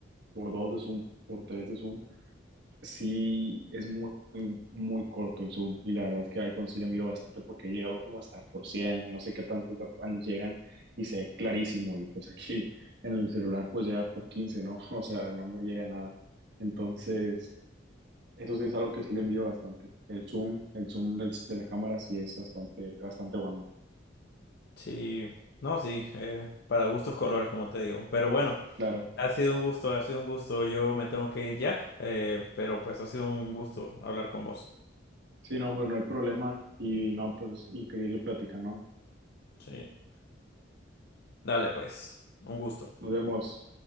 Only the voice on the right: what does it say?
por dos de zoom, por tres de zoom, Sí, es muy, muy, muy corto el zoom y la verdad es que iPhone sí le envío bastante porque he llegado como hasta por 100, no sé qué tantos da- han- llegan y se ve clarísimo y pues aquí en el celular pues llega por 15, ¿no? <laughs> O sea, no me llega nada. Entonces, eso sí es algo que sí le envío bastante. El zoom, el zoom del- de la cámara sí es bastante, bastante bueno.
Claro.
Sí, no, hombre, no hay problema y no, pues increíble plática, ¿no?
Nos vemos.